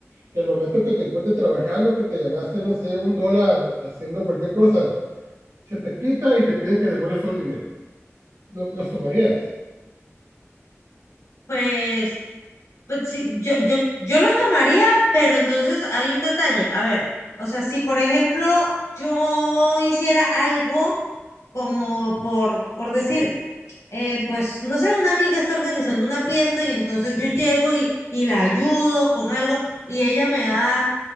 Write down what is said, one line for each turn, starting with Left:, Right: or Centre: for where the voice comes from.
Right: que al momento que te encuentres trabajando, que te ganaste, no sé, un dólar haciendo cualquier cosa, se te quita y te piden que devuelvas todo el dinero. ¿Lo- ¿Los tomarías?
Left: Pues, Pues sí, yo, yo, yo los tomaría, pero entonces hay un detalle. A ver, o sea, si por ejemplo yo hiciera algo como por, por decir, eh, pues no sé, una amiga está organizando una fiesta y entonces yo llego y, y la ayudo con algo y ella me da